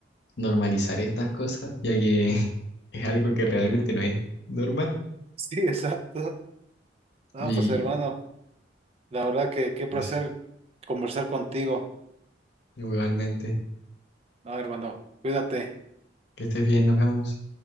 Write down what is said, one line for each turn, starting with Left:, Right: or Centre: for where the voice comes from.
Left: normalizar estas cosas, ya que <laughs> es algo que realmente no es normal.
Right: Sí, exacto. Ah,
Left: Y
Right: pues hermano. La verdad que qué placer
Left: eso,
Right: conversar contigo.
Left: igualmente,
Right: No, hermano, cuídate.
Left: que estés bien, nos vemos.